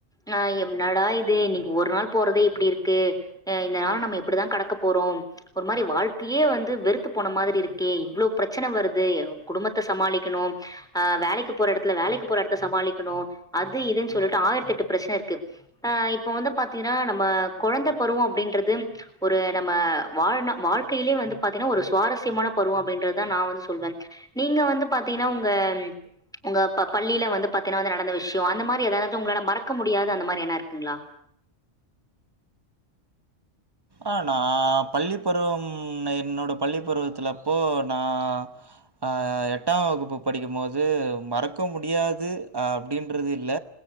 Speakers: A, in the centre; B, on the right.
A: நா என்ன டா இது இன்னிக் ஒரு நாள் போறதே இப்டி இருக்கு இந்த நாள நம்ம எப்டிதா கடக்க போறோ ஒரு மாரி வாழ்க்கையே வந்து வெறுத்து போன மாதிரி இருக்கே இவ்ளோ பிரச்சனை வருது குடும்பத்த சமாளிக்குணு ஆ வேலைக்கு போற எடத்துல வேலைக்கு போற எடத்த சமாளிக்குணு அது இதுன்னு சொல்லிட்டு ஆயிரத்து எட்டு பிரச்சன இருக்கு அ இப்போ வந்து பாத்தீங்கன்னா நம்ம கொழந்தை பருவோ அப்டின்றது ஒரு நம்ம வாழ்னா வாழ்க்கையிலயே வந்து பாத்தீன்னா ஒரு சுவாரஸ்யமான பருவம் அப்படின்றதுதா நா வந்து சொல்வன் நீங்க வந்து பாத்தீங்ன்னா உங்க உங்க ப பள்ளியில வந்து பாத்தீன்னா வந்து நடந்த விஷ்யோ அந்த மாரி எதாவ்து உங்ளால மறக்க முடியாத அந்த மாரி என்னா இருக்குங்ளா
B: ஆ நா பள்ளி பருவம் என்னோட பள்ளி பருவத்துலப்போ நா ஆ எட்டாம் வகுப்பு படிக்கும் மோது மறக்க முடியாது அப்டின்றது இல்ல